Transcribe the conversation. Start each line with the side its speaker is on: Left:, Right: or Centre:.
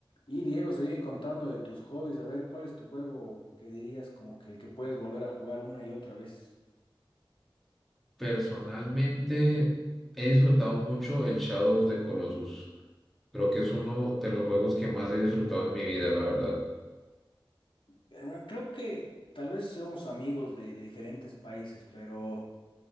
Left: Y Diego, sigue contando de tus hobbies, a ver, ¿cuál es tu juego que dirías como que el que puedes volver a jugar una y otra vez?
Centre: Personalmente he disfrutado mucho el Shadow of the Colossus. Creo que es uno de los juegos que más he disfrutado en mi vida, la verdad.
Left: Hermano, creo que tal vez somos amigos de, de diferentes países, pero